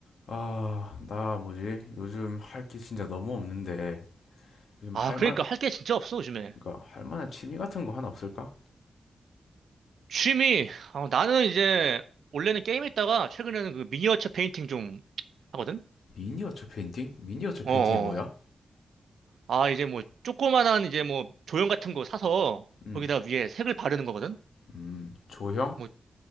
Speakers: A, on the left; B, on the right.
A: 아, 나 뭐지? 요즘 할 게 진짜 너무 없는데 요즘
B: 아,
A: 할
B: 그러니까
A: 만,
B: 할 게 진짜 없어, 요즘에.
A: 그러니까 할 만한 취미 같은 거 하나 없을까?
B: 취미, 아, 나는 이제, 원래는 게임 했다가, 최근에는 그 미니어처 페인팅 좀 하거든?
A: 미니어처 페인팅? 미니어처 페인팅이
B: 어어.
A: 뭐야?
B: 아, 이제 뭐, 조그만한 이제 뭐, 조형 같은 거 사서,
A: 음,
B: 거기다 위에 색을 바르는 거거든?
A: 음, 조형?
B: 뭐,